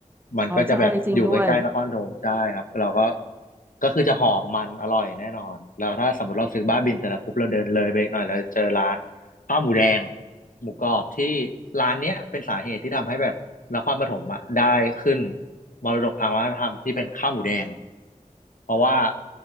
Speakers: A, on the left; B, on the right.
A: มันก็จะแบบอยู่ใกล้ๆนครธมใช่ครับเราก็
B: อ๋อใช่จริงด้วย
A: ก็คือจะหอมมันอร่อยแน่นอนแล้วถ้าสมมติเราซื้อบ้าบินเสร็จแล้วปุ๊บเราเดินเลยไปอีกหน่อยเราเจอร้านข้าวหมูแดงหมูกรอบที่ร้านเนี้ยเป็นสาเหตุที่ทำให้แบบนครปฐมอ่ะได้ขึ้นมรดกทางวัฒนธรรมที่เป็นข้าวหมูแดงเพราะว่า